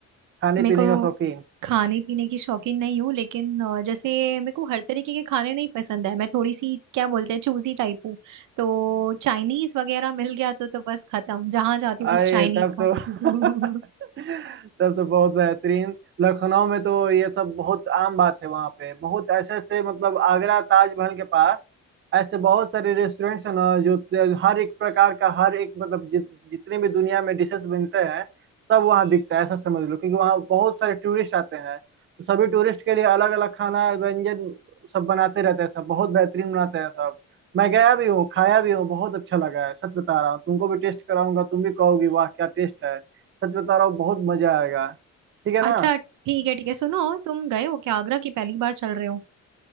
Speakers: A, on the right; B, on the right.
A: खाने
B: मेरे
A: पीने
B: को
A: का शौकीन
B: खाने पीने की शौकीन नहीं हूँ लेकिन अ, जैसे मेरे को हर तरीके के खाने नहीं पसंद है मैं थोड़ी सी क्या बोलते हैं चूजी टाइप हूँ तो चाइनीज वगैरह मिल गया तो तो बस खत्म जहां जाती हूँ
A: अरे
B: बस चाइनीज
A: तब
B: खाती
A: तो <laughs>
B: हूँ <laughs>
A: तब तो बहुत बेहतरीन लखनऊ में तो ये सब बहुत आम बात है वहाँ पे बहुत ऐसे ऐसे मतलब आगरा ताजमहल के पास ऐसे बहुत सारे रेस्टोरेंट्स हैं ना जो हर एक प्रकार का हर एक मतलब जित, जितने भी दुनिया में डिशेस बनते हैं सब वहाँ बिकता है ऐसा समझ लो क्योंकि वहाँ बहुत सारे टूरिस्ट आते हैं तो सभी टूरिस्ट के लिए अलग अलग खाना व्यंजन सब बनाते रहते हैं सब बहुत बेहतरीन बनाते हैं सब मैं गया भी हूँ खाया भी हूँ बहुत अच्छा लगा है सच बता रहा हूँ तुमको भी टेस्ट कराऊंगा तुम भी कहोगी वाह क्या टेस्ट है सच बता रहा हूँ बहुत मजा आएगा ठीक है ना
B: अच्छा ठीक है ठीक है सुनो तुम गए हो क्या आगरा की पहली बार चल रहे हो